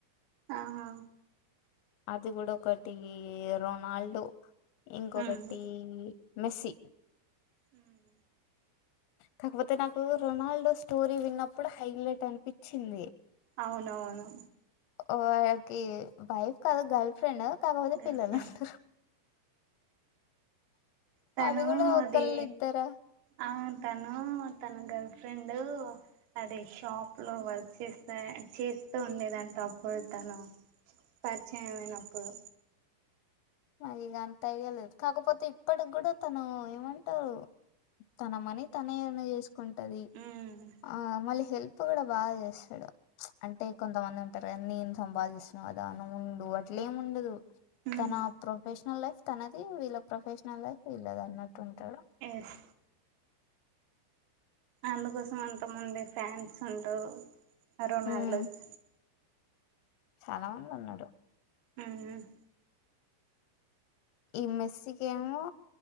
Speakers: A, on the right; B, on the left.
A: ఆహా
B: అది గుడ ఒకటీ రొనాల్డో ఇంకొకటీ
A: ఉమ్
B: మెస్సి
A: ఉమ్
B: కాకపోతే నాకు రొనాల్డో స్టోరీ విన్నప్పుడు హైలైట్ అనిపిచ్చిం ది
A: అవునవును
B: ఓ వాకి వైఫ్ కాదు గర్ల్ ఫ్రెండ్ కాకపోతే
A: గర్ల్
B: పిల్లలు
A: ఫ్రెండ్
B: ఉంటరు
A: తను
B: అది కూడా ఒకళ్ళు
A: ది
B: ఇద్దరా
A: ఆ తను తన గర్ల్ ఫ్రెండు అది షాప్ లో వర్క్ చేస్తే చేస్ స్తు ఉండేదంట అప్పుడు తను పరిచయం అయినప్పుడు
B: నాగ్ ఇగ అంతా అఇడియా లేదు కాకపోతే ఇప్పడ్డికి కూడా తను ఏమంటరు తన మనీ తనే ఏర్న్ చేసుకుంటది
A: ఉమ్
B: ఆ మళ్ళీ హెల్ప్ కూడా బాగా చేస్తడు అంటే కొంతమంది ఉంటారుగా నేను సంపాదిస్ నాదా నువు ఉండు అట్లేం ఉండదు
A: ఉమ్
B: తన ప్రొఫెషనల్ లైఫ్ తనది వీళ్ళ ప్రొఫెషనల్ లైఫ్ వీళ్ళదన్నట్టు ఉంటడు
A: ఎస్ అందుకోసం అంత మంది ఫ్యాన్స్ ఉంటురు రొనాల్డోకి
B: ఉమ్ చాలా మంది ఉన్నరు
A: ఉమ్
B: ఈ మెస్సికేమో